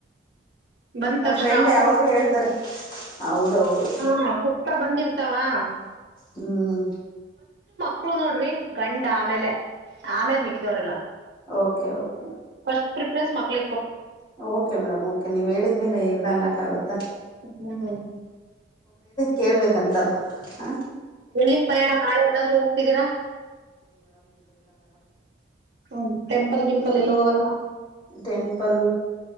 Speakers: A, on the right; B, on the left.
A: ಬಂದ
B: ನನ್
A: ತಕ್ಷಣ
B: ಫ್ರೆಂಡ್
A: ಅವಕೂಪ
B: ಯಾವಾಗ್ಲೂ ಹೇಳ್ತಾರೆ ಹೌದೌದು
A: ಹ ಸತ ಬಂದಿರ್ತ ಹತವಾ
B: ಹ್ಮ್
A: ಮಕ್ಕಳು ನೋಡ್ರಿ ಗಂಡ ಆಮೇಲೆ ಆಮೇಲೆ ಮಿಕ್ಕಿದವರೆಲ್ಲ
B: ಓಕೆ ಓಕೆ
A: ಸ್ಟ್ ಪ್ರಿಫನ್ಸ್ ಮಕ್ಳ
B: ಓಕೆ ಮೇಡಮ್ ಓಕೆ ನೀವ್ ಹೇಳಿದ್ಮೇಲೆ ಇಲ್ಲ ಅನ್ನಕ್ಕ ಆಾಗುತ್ತಾ
A: ಹ್ಮ
B: ಕೇಳಬೇಕಂತಲ್ಲ ಹಾಂ
A: ಎಲ್ಲಿಗ್ ಪ್ರಯಣ ನಾಳೆ ಎಲ್ಲಾದ್ ಹೋಗ್ತಿದ್ದೀರಾ ಹ್ಮ್ ಟೆಂಪಲ್ ಗಿಂಪಲ್
B: ಹ್ಮ
A: ಎಲ್ಲೂ ಹೋಗಲ್ವಾ
B: ಟೆಂಪಲ್